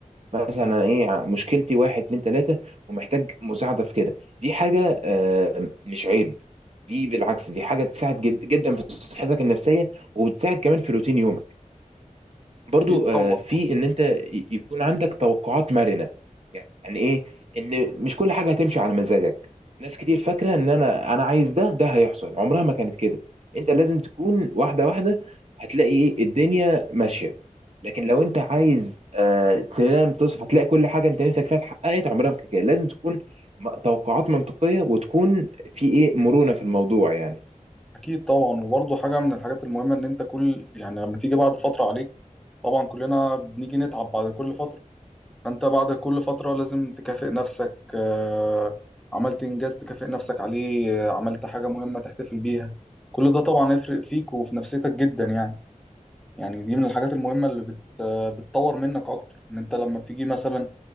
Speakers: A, on the right (about 50°); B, in the centre.
A: مثلا أنا ايه ع- مشكلتي واحد اتنين تلاته ومحتاج مساعده في كده دي حاجه آه، مش عيب دي بالعكس دي حاجه تساعد جد جدا في صحتك النفسيه وبتساعد كمان في روتين يومك برضو
B: اكيد
A: آه،
B: طبعا
A: في ان انت ي- يكون عندك توقعات مرنه يعني ايه ان مش كل حاجه هتمشي على مزاجك ناس كتير فاكره ان انا انا عايز ده ده هيحصل عمرها ما كانت كده انت لازم تكون واحده واحده هتلاقي ايه الدنيا ماشيه لكن لو انت عايز آه، تنام تصحى هتلاقي كل حاجه انت نفسك فيها اتحققت عمرها ما كانت كده لازم تكون م- توقعات منطقيه وتكون في ايه مرونه في الموضوع يعني
B: اكيد طبعا وبرضه حاجه من الحاجات المهمه ان انت كل يعني لما تيجي بعد فتره عليك طبعا كلنا بنيجي نتعب بعد كل فتره فانت بعد كل فترة لازم تكافئ نفسك آه، عملت انجاز تكافئ نفسك عليه آه، عملت حاجة مهمة تحتفل بيها كل ده طبعا هيفرق فيك وفي نفسيتك جدا يعني يعني دي من الحاجات المهمة اللي بت آه، بتطور منك اكتر ان انت لما بتيجي مثلا